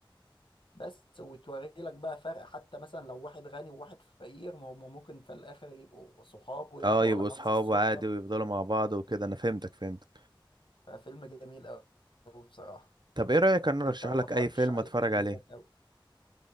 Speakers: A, on the left; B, on the right.
A: بس وتوري لك بقى فرق حتى مثلا لو واحد غني وواحد فقير ما هم ممكن في الاخر يبقوا صحاب وياكلوا
B: اه يبقوا
A: على نفس
B: اصحاب
A: السفرة
B: عادي ويفضلوا مع بعض وكده انا فهمتك فهمتك
A: ففيلم جميل قوي بصراحة
B: طب ايه رأيك انا ارشح
A: انت لو
B: لك
A: ما اتفرجتش
B: اي فيلم
A: عليه
B: اتفرج
A: هيعجبك
B: عليه
A: قوي